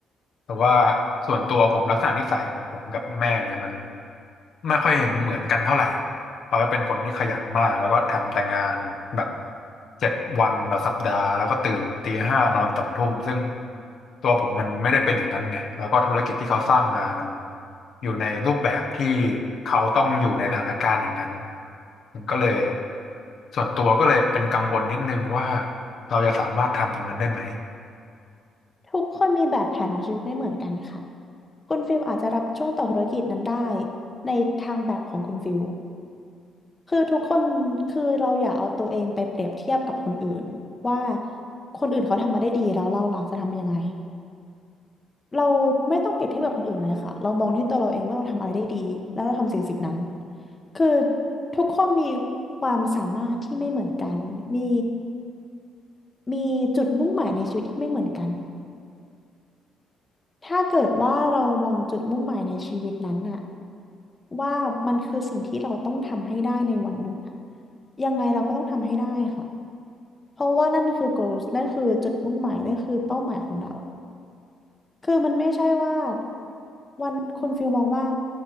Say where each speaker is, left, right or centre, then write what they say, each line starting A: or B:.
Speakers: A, on the left (about 60°); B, on the left (about 25°).
A: แต่ว่าส่วนตัวผมลักษณะนิสัยของผมกับแม่เนี่ยมันไม่ค่อยเห็นเหมือนกันเท่าไหร่ เขาก็เป็นคนที่ขยันมากแล้วก็ทำแต่งานแบบเจ็ดวันต่อสัปดาห์แล้วก็ตื่นตีห้านอนสองทุ่มซึ่งตัวผมมันไม่ได้เป็นอย่างนั้นไงแล้วก็ธุรกิจที่เขาสร้างมามันอยู่ในรูปแบบที่เขาต้องอยู่ในสถานการณ์อย่างนั้นมันก็เลยส่วนตัวก็เลยเป็นกังวลนิดนึงว่าเราจะสามารถทำตรงนั้นได้ไหม
B: ทุกคนมีแบบแผนของชีวิตไม่เหมือนกันค่ะคุณฟิลอาจจะรับช่วงต่อธุรกิจนั้นได้ในทางแบบของคุณฟิล คือทุกคนคือเราอย่าเอาตัวเองไปเปรียบเทียบกับคนอื่นว่าคนอื่นเขาทำมาได้ดีแล้วเราล่ะจะทำยังไงเราไม่ต้องเปรียบเทียบกับคนอื่นเลยค่ะเรามองที่ตัวเราเองว่าเราทำอะไรได้ดีแล้วเราทำสิ่งสิ่งนั้นคือทุกคนมีความสามารถที่ไม่เหมือนกันมีมีจุดมุ่งหมายในชีวิตที่ไม่เหมือนกันถ้าเกิดว่าเรามองจุดมุ่งหมายในชีวิตนั้นน่ะว่ามันคือสิ่งที่เราต้องทำให้ได้ในวันหนึ่งอะยังไงเราก็ต้องทำให้ได้ค่ะ เพราะว่านั่นคือ goals นั่นคือจุดมุ่งหมายนั่นคือเป้าหมายของเรา คือมันไม่ใช่ว่าวันคุณฟิลมองว่า